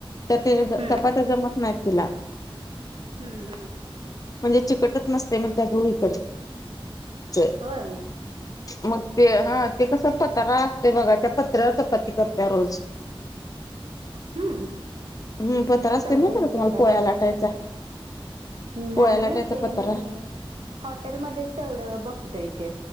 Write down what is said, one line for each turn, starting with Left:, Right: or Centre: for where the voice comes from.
Left: तर ते
Right: हम्म
Left: चपात्या जमत नाहीत तिला.
Right: हम्म हम्म.
Left: म्हणजे चिकटच नसतंय म्हणत्या, गहू इकडचे.
Right: होय.
Left: मग ते हा ते कसं पत्रा ते बघा, त्या पत्र्यावर चपाती करत्या रोज.
Right: हम्म
Left: हम्म पत्रा असतंय
Right: सवय
Left: माहित आहे का तुम्हाला
Right: तिला
Left: पोळ्या लाटायचा? पोळ्या
Right: नाही
Left: लाटायचा
Right: हो, ते
Left: पतारा
Right: मी हॉटेलमध्येच तेवढं बघतोय ते